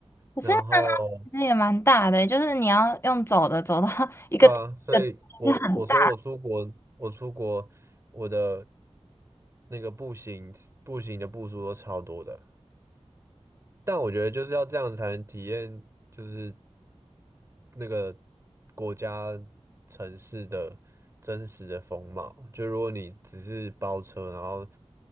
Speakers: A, on the left; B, on the right.
A: 可是它那其实也蛮大的，
B: 然后
A: 就是你要用走的走到 <laughs> 一个一个，
B: 对啊，所以我我所以我出国，
A: 其实很大。
B: 我出国我的那个步行步行的步数都超多的。但我觉得就是要这样才能体验，就是那个国家城市的真实的风貌。就如果你只是包车，然后